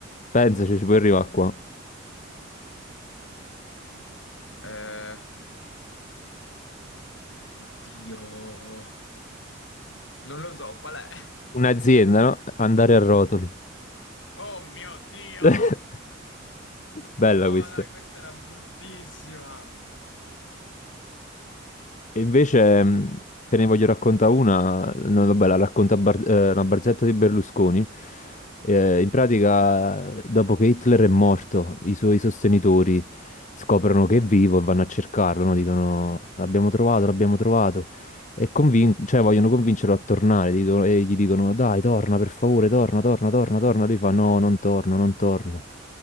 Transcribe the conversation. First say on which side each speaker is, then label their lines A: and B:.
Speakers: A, on the left; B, on the left.
A: Pensaci, ci puoi arrivare qua.
B: Eh, Oddio. Non lo so, qual è?
A: Un'azienda, no? Andare a rotoli.
B: Mhm. Oh mio Dio!
A: <laughs> Bella
B: No,
A: questa.
B: dai, questa era bruttissima.
A: E invece mh, te ne voglio raccontare una, no, vabbè, la racconta Bar- eh, una barzelletta di Berlusconi.
B: Vai.
A: Eh, in pratica, dopo che Hitler è morto, i suoi sostenitori scoprono che è vivo e vanno a cercarlo, no? Dicono l'abbiamo trovato, l'abbiamo trovato. E convin- cioè, vogliono convincerlo a tornare, dicono- e gli dicono dai, torna per favore, torna, torna, torna, torna. Lui fa no, non torno, non torno